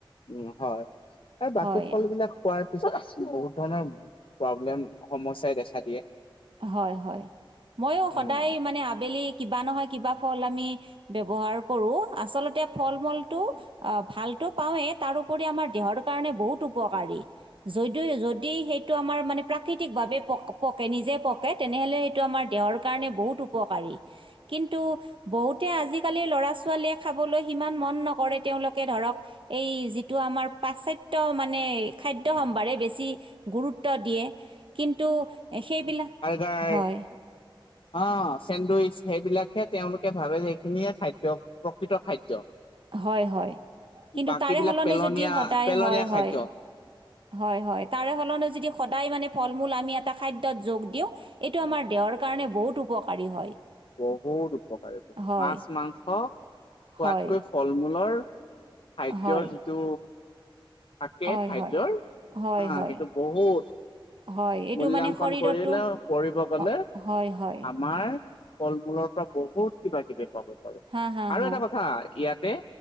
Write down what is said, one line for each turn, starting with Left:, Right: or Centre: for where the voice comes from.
Left: উম, হয়, এই বাকী
Right: হয়
Left: ফল বিলাক খোৱাৰ পিছত বহুত ধৰণৰ প্ৰব্লেম সমস্যাই দেখা দিয়ে।
Right: হয়, হয়, মইয়ো
Left: উম
Right: সদায় মানে আবেলি কিবা নহয় কিবা ফল আমি ব্যৱহাৰ কৰো আচলতে ফল মূলটো অ', ভালটো পাওঁৱেই তাৰপৰি আমাৰ দেহৰ কাৰণে বহুত উপকাৰী। যইদিও যদি সেইটো আমাৰ মানে প্ৰাকৃতিক ভাৱে প পকে নিজে পকে তেনেহলে সেইটো আমাৰ দেহৰ কাৰণে বহুত উপকাৰী কিন্তু বহুতে আজিকালিৰ ল'ৰা ছোৱালীয়ে খাবলৈ সিমান মন নকৰে তেওঁলোকে ধৰক এই যিটো আমাৰ পাশ্চাত্য মানে খাদ্য সম্ভাৰে বেছি গুৰুত্ব দিয়ে কিন্তু সেইবিলাক
Left: গাই
Right: হয়,
Left: অ', চেণ্ডুইচ। সেইবিলাকহে তেওঁলোকে ভাবে যে এইখিনিয়ে খাদ্য প্ৰকৃত খাদ্য।
Right: হয়, হয়। কিন্তু
Left: বাকী
Right: তাৰে
Left: বিলাক
Right: সলনি
Left: পেলনীয়া
Right: যদি সদায়
Left: পেলনীয়া
Right: হয়,
Left: খাদ্য।
Right: হয়, হয়, হয়, তাৰে সলনি যদি সদায় মানে ফল মূল আমি এটা খাদ্যত যোগ দিওঁ এইটো আমাৰ দেহৰ কাৰণে বহুত উপকাৰী হয়।
Left: বহুত উপকাৰী
Right: হয়,
Left: মাছ মাংস খোৱাতকৈ
Right: হয়,
Left: ফল মূলৰ খাদ্যৰ
Right: হয়,
Left: যিটো থাকে
Right: হয়,
Left: খাদ্যৰ
Right: হয়। হয়,
Left: হা
Right: হয়,
Left: সেইটো বহুত
Right: হয়, এইটো
Left: মূল্যাংকন
Right: মানে শৰীৰতো
Left: কৰিলে কৰিব গ'লে
Right: অ- হয়, হয়,
Left: আমাৰ ফল মূলৰ পৰা বহুত কিবা কিবি পাব। আৰু
Right: হা, হা, হা,
Left: এটা কথা ইয়াতে